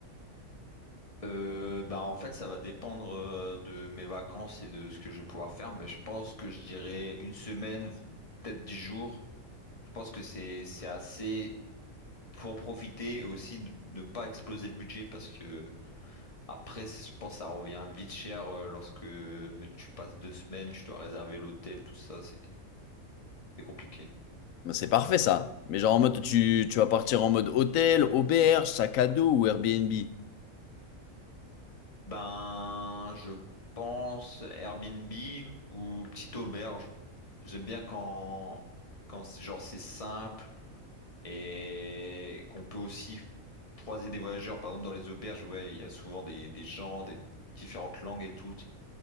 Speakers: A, on the left; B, on the left.
A: Euh, ben, en fait, ça va dépendre euh, de mes vacances et de ce que je vais pouvoir faire. Mais je pense que je dirais une semaine, vous- peut-être dix jours. Je pense que c'est, c'est assez. pour profiter et aussi ne, ne pas exploser le budget parce que après, je pense que ça revient vite cher euh, lorsque tu passes deux semaines, tu dois réserver l'hôtel, tout ça, c'est c'est compliqué.
B: Mais C'est parfait ça. Mais genre en mode tu, tu vas partir en mode hôtel, auberge, sac à dos ou Airbnb.
A: Ben, je pense Airbnb ou petite auberge. J'aime bien quand, quand c'est- genre c'est simple et qu'on peut aussi croiser des voyageurs. Par exemple, dans les auberges, ouais, il y a souvent des, des gens, des différentes langues et tout.